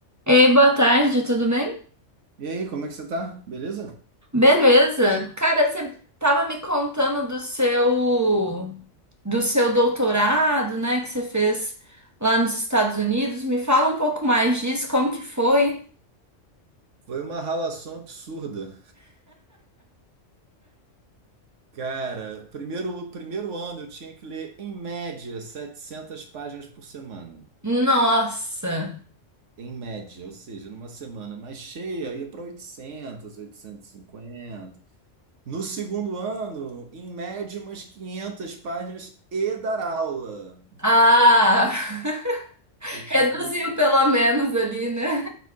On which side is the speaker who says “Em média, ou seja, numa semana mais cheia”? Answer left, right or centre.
Right